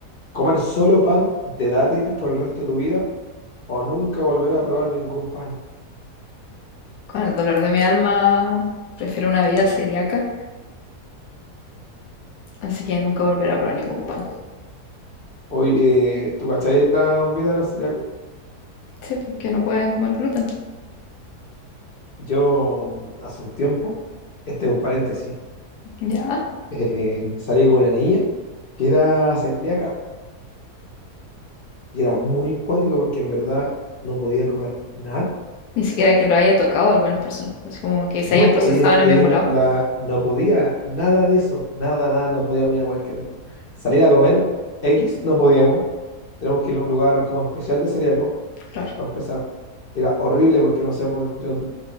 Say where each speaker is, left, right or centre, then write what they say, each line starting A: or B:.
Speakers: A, on the left; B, on the left.
A: ¿Comer solo pan de dátiles por el resto de tu vida o nunca volver a probar ningún pan?
B: Con el dolor de mi alma, prefiero una vida celíaca, así que nunca volveré a probar ningún pan.
A: O- Hoy, eh, ¿tú cacháis la vida de los celíacos?
B: Sí, porque no pueden comer gluten.
A: Yo mm, hace un tiempo, este es un paréntesis,
B: Ya.
A: eh, salí con una niña que era celíaca. Y era muy cuático porque en verdad no podía comer nada.
B: Ni siquiera que lo haya tocado a algunas personas. Así como que se
A: No,
B: hayan
A: po-
B: procesado
A: ella no,
B: en
A: ella
B: el mismo
A: no,
B: lado.
A: la, no podía nada de eso. Nada, nada, no podíamos ir a cualquier... Salir a comer X, no podíamos. Tenemos que ir a un lugar como especial de celíaco,
B: Claro,
A: para empezar. Era horrible porque, no sé, pues, yo t-